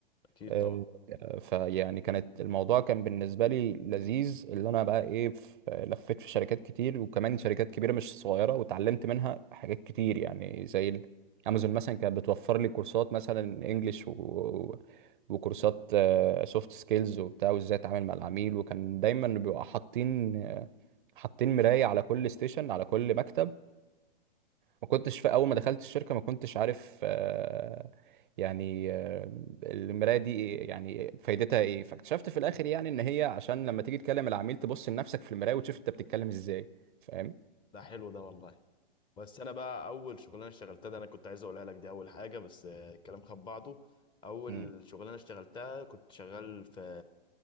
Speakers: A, on the left; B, on the right.
A: اكيد
B: آه،
A: طبعا
B: فيعني كانت الموضوع كان بالنسبه لي لذيذ اللي انا بقى ايه في- لفيت في شركات كتير وكمان شركات كبيره مش صغيره واتعلمت منها حاجات كتير يعني زي ال- امازون مثلا كانت بتوفر لي كورسات مثلا انجليش و... و- وكورسات سوفت سكيلز وبتاع وازاي اتعامل مع العميل وكان دايما بيبقى حاطين آه، حاطين مراية على كل ستيشن على كل مكتب ما كنتش في اول ما دخلت الشركه ما كنتش عارف آه، يعني آه، المرايه دي إيه- يعني فايدتها ايه فاكتشفت في الاخر يعني ان هي عشان لما تيجي تكلم العميل تبص لنفسك في المرايه وتشوف انت بتتكلم ازاي فاهم
A: ده حلو ده والله بس انا بقى اول شغلانه اشتغلتها ده انا كنت عايز اقولها لك دي اول حاجه بس آه، الكلام خد بعضه اول
B: امم
A: شغلانه اشتغلتها كنت شغال في